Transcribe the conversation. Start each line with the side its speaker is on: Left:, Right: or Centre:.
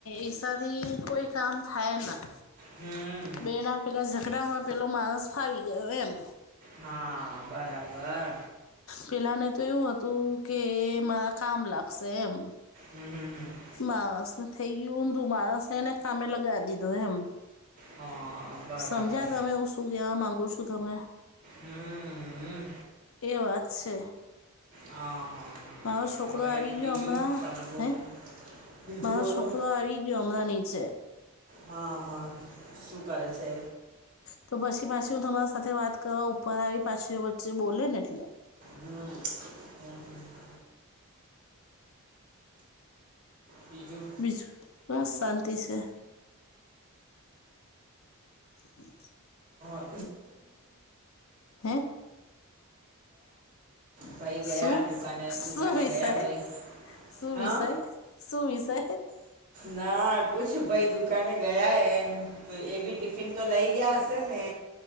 Left: એસાથી કોઈ કામ થાય ના
Right: હમ
Left: બે ના પેલા ઝઘડામાં પેલો માણસ ફાવી ગયો એમ
Right: હા બરાબર
Left: પેલાને તો એવું હતું કે મારા કામ લાગશે એમ
Right: હમ હમ હમ
Left: માણસ ને થઈ ગયું તું માણસ એને કામે લગાવ દીધો એમ
Right: હા બરાબર
Left: સમજા તમે હું શું કહેવા માંગુ છું તને
Right: હમ હમ
Left: એ વાત છે.
Right: હા હા
Left: મારો છોકરો
Right: હા હવે
Left: આવી
Right: બીજું
Left: ગયો હમણાં
Right: તમે બોલો
Left: હે
Right: બીજું
Left: મારો
Right: બોલો
Left: છોકરો આવીયો અમણા નીચે
Right: હા હા શું કરે છે?
Left: તો પછી પાછી હું તમારા સાથે વાત કરવા ઉપર આવી પાછી વચ્ચે બોલે ને એટલે
Right: હા. હમ હમ. બીજું
Left: બીજું બસ શાંતિ છે. હમ.
Right: <unintelligible>
Left: હે
Right: ભાઈ ગયા
Left: શું
Right: દુકાને
Left: શું
Right: દુકાને
Left: વિષય
Right: ગયા ભાઈ
Left: શું
Right: હા
Left: વિષય શું વિશે
Right: ના પુછ ભાઈ દુકાને ગયા એમ તો એ બી ટિફિન તો લઇ ગયા ને.